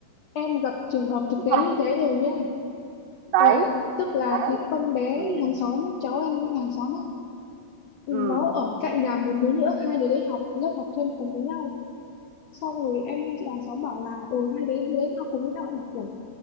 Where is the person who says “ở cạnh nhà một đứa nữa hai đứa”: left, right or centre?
Left